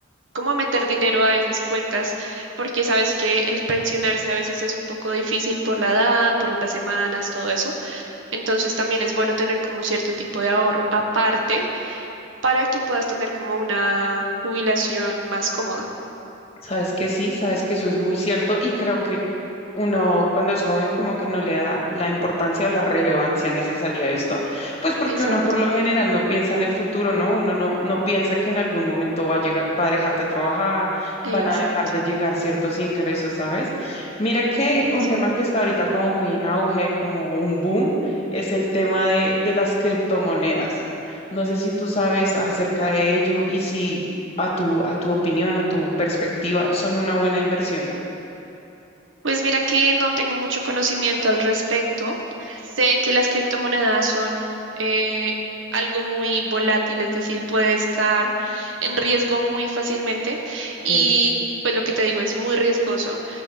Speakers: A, on the right (about 80°); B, on the left (about 30°).
A: como a meter dinero a esas cuentas porque sabes que el pensionarse a veces es un poco difícil por la edad, por las semanas, todo eso. Entonces también es bueno tener como cierto tipo de ahorro aparte para que puedas tener como una jubilación más cómoda.
B: Sabes que sí, sabes que eso es muy cierto y creo que uno cuando es joven como que no le da la importancia o la relevancia necesaria a esto, pues porque
A: Exacto,
B: uno por lo general no piensa en el futuro, ¿no? Uno no, no piensa que en algún momento va a llegar, va a dejar de trabajar,
A: exacto.
B: van a dejar de llegar ciertos ingresos, ¿sabes? Mira que un
A: Sí.
B: tema que está ahorita como muy en auge, como un boom, es el tema de, de las criptomonedas. No sé si tú sabes acerca de ello y si a tu, a tu opinión, a tu perspectiva, son una buena inversión.
A: Pues mira que no tengo mucho conocimiento al respecto. Sé que las criptomonedas son eh, algo muy volátil, es decir, puede estar en riesgo muy fácilmente
B: Okay.
A: y pues lo que te digo es muy riesgoso,